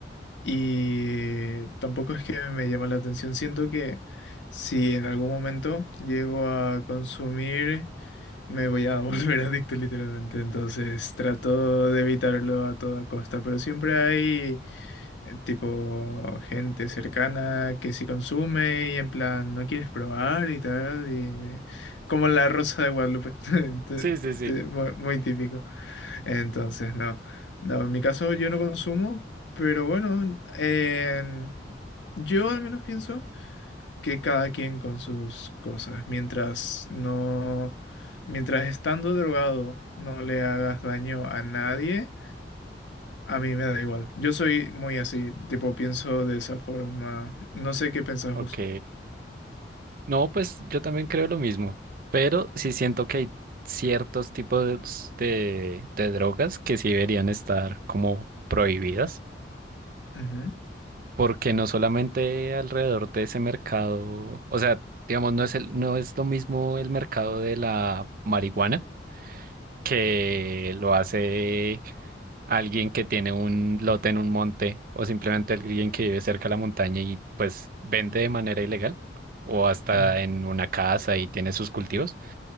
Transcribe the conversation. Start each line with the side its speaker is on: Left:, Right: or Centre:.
Left: y tampoco es que me llama la atención. Siento que si en algún momento llego a consumir, me voy a <laughs> volver adicto literalmente. Entonces trato de evitarlo a toda costa, pero siempre hay... eh, tipo gente cercana que sí consume y en plan no quieres probar y tal, y, eh, como la Rosa de Guadalupe, <laughs> Te-
Right: Sí, sí, sí.
Left: te- mu- muy, típico. Entonces, no, no, en mi caso yo no consumo, pero bueno, en- yo al menos pienso que cada quien con sus cosas, mientras no, mientras estando drogado no le hagas daño a nadie a mí me da igual. Yo soy muy así, tipo, pienso de esa forma. No sé qué pensás
Right: Ok.
Left: vos.
Right: No, pues yo también creo lo mismo, pero sí siento que hay ciertos tipos de, de drogas que sí deberían estar como prohibidas,
Left: Ujú,
Right: porque no solamente alrededor de ese mercado, o sea, digamos, no es el, no es lo mismo el mercado de la marihuana que lo hace alguien que tiene un lote en un monte o simplemente alguien que vive cerca de la montaña y pues vende de manera ilegal o hasta
Left: ujú.
Right: en una casa y tiene sus cultivos